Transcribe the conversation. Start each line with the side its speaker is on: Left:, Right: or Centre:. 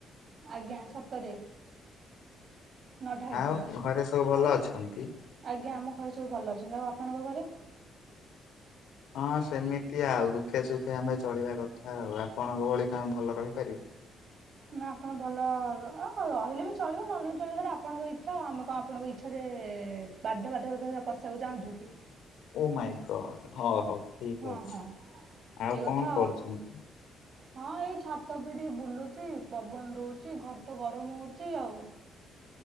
Right: ଆଜ୍ଞା ସତରେ ନଟ ହାଇ
Left: ଆଉ
Right: ଫାଏ
Left: ଘରେ ସବୁ ଭଲ
Right: ଆଉ
Left: ଅଛନ୍ତି?
Right: ଆଜ୍ଞା ଆମ ଘରେ ସବୁ ଭଲ ଅଛନ୍ତି। ଆଉ ଆପଣଙ୍କ ଘରେ?
Left: ହଁ ସେମିତି ଆଉ ଦୁଃଖେ ସୁଖେ ଆମେ ଚଳିବା କଥା ଆଉ ଆପଣଙ୍କ ଭଳି କଣ ଆମେ ଭଲ ରହିପାରିବୁ।
Right: ନା ଆପଣ ଭଲ ର ରହିଲେ ବି ଚଳିବ ନ ରହିଲେ ଚଳିବ ସେଇଟା ଆପଣଙ୍କ ଇଚ୍ଛା ଆଉ ଆମେ କଣ ଆପଣଙ୍କ ଇଚ୍ଛାରେ ବାଧ୍ୟ ବାଧକତାରେ ପଶିବାକୁ ଚାହୁଁଛୁ କି
Left: ଓ ମାଇଁ ଗଡ ହଉ ହଉ ଠିକ
Right: ହଁ
Left: ଅଛି
Right: ହଁ ସେଇ
Left: ଆଉ
Right: କଥା
Left: କଣ କରୁଛନ୍ତି?
Right: ହଁ ଏଇ ଛାତ ଉପରେ ଟିକ ବୁଲୁଛି ପବନ ଦଉଛି ଘରେ ତ ଗରମ ହଉଛିି ଆଉ